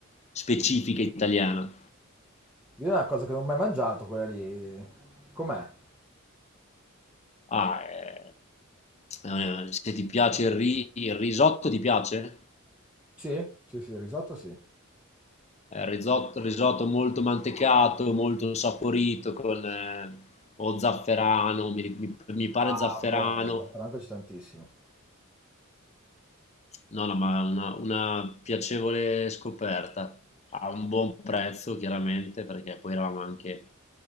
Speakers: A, on the left; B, in the centre.
A: specifica italiana.
B: Io è una cosa che non ho mai mangiato quella lì. Com'è?
A: Ah, eh, eh, se ti piace il, ri- il risotto, ti piace?
B: Sì? Sì, sì, il risotto sì.
A: Eh, risotto, risotto molto mantecato, molto saporito, con eh, o zafferano, mi, mi- mi pare
B: Ah,
A: zafferano.
B: buono, zafferano mi piace tantissimo.
A: No, no, ma una, una piacevole scoperta. A un buon prezzo, chiaramente, perché poi eravamo anche